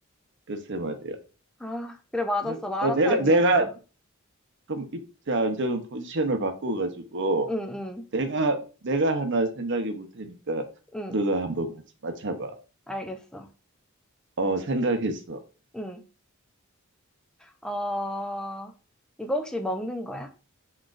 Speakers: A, on the right; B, in the centre.
A: 글쎄 말이야.
B: 아, 그래, 맞았어.
A: 그래,
B: 마라탕이었어.
A: 어, 내가 내가 그럼 입자 이제 포지션을 바꿔가지고
B: 응, 응,
A: 내가 내가 하나 생각해 볼 테니까
B: 응.
A: 너가 한번 맞, 맞춰봐.
B: 알겠어.
A: 어, 생각했어.
B: 응. 어, 이거 혹시 먹는 거야?